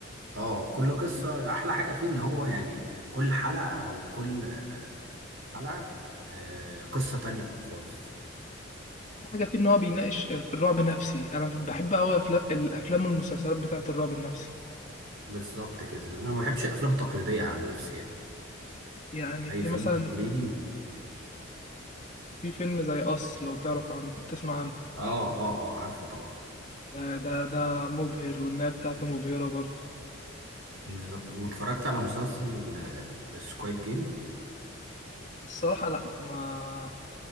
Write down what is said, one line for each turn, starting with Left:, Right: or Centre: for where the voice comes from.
Right: اه كل قصة احلى حاجة فيه ان هو يعني كل حلقة او كل آه، حلقة آه، قصة تانية خالص
Left: حاجة فيه إن هو بيناقش
Right: يعني
Left: الرعب النفسي أنا بحب أوي أفلا- الأفلام والمسلسلات بتاعة الرعب النفسي
Right: بالظبط كده انا ما بحبش الافلام التقليدية عن نفسي يعني
Left: يعني
Right: اي
Left: في
Right: فيلم
Left: مثلا
Right: تقليدي
Left: في فيلم زي أص لو تعرف عنه تسمع عنه
Right: اه اه اه عارفه طبعا
Left: ده ده ده مبهر والنهاية بتاعته مبهرة برضه
Right: بالظبط واتفرجت على مسلسل سكويد جيم
Left: الصراحة لأ ما